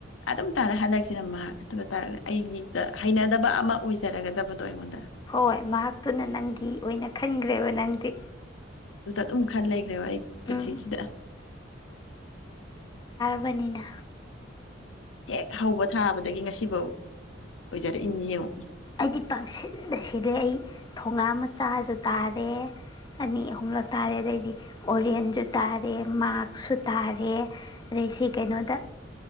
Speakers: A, on the left; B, on the left.
A: ꯑꯗꯨꯝ ꯇꯥꯔꯦ ꯍꯟꯗꯛꯁꯤꯅ ꯃꯍꯥꯛ ꯑꯗꯨ ꯇꯥꯔꯒ ꯑꯩꯒꯤ ꯃꯤꯠꯇ ꯍꯩꯅꯗꯕ ꯑꯃ ꯑꯣꯏꯖꯔꯒꯗꯕꯗꯣ ꯑꯩꯉꯣꯟꯗ
B: ꯍꯣꯏ ꯃꯍꯥꯛꯇꯨꯅ ꯅꯪꯒꯤ ꯑꯣꯏꯅ ꯈꯟꯒ꯭ꯔꯦꯕ ꯅꯪꯗꯤ
A: ꯗꯨꯝ ꯈꯜ ꯂꯩ ꯅꯦꯕ ꯑꯩ ꯄꯨꯁꯤꯁꯤꯗ
B: ꯎꯝ ꯕꯅꯤꯅ
A: ꯍꯦꯛ ꯍꯧꯕ ꯊꯥꯕꯗꯒꯤ ꯉꯁꯤꯐꯧ ꯑꯣꯏꯖꯔꯛꯏꯅꯤ ꯌꯦꯡꯉꯣ
B: ꯑꯩꯗꯤ ꯄꯪꯁꯤꯟꯗ ꯁꯤꯂꯦ ꯑꯩ ꯊꯣꯉꯥ ꯃꯆꯥꯁꯨ ꯇꯥꯔꯦ ꯑꯅꯤ ꯑꯍꯨꯝꯂꯛ ꯇꯥꯔꯦ ꯑꯗꯩꯗꯤ ꯑꯣꯔꯦꯟꯁꯨ ꯇꯥꯔꯦ ꯃꯥꯔꯛꯁꯨ ꯇꯥꯔꯦ ꯑꯗꯩ ꯁꯤ ꯀꯩꯅꯣꯗ